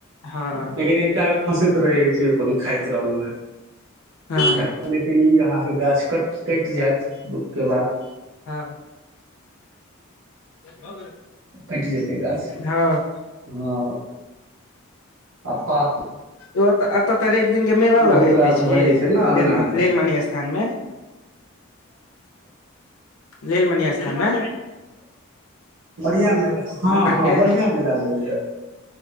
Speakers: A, on the left; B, on the right.
A: हँ
B: लेकिन एकटा ग हँसैत रहै छै अपन खाइत रहल
A: हँ
B: क ठाक लेकिन ई अहाँ के गाछ कट कटि जायत दुःख के बाद
A: हँ हँ
B: कटि जेतै गाछ
A: हँ
B: हँ आ पात
A: ओऽ एतऽ तऽ रवि दिन के मेला लगैत
B: बहुत रास
A: अछि
B: भऽ
A: की
B: जाइ छै ने अंगना
A: निलम
B: मे
A: नीलमणि स्थान में लीलमनी स्थान में
B: बढ़ियां मेला हँ हँ
A: के
B: बढ़ियां मेला लगेया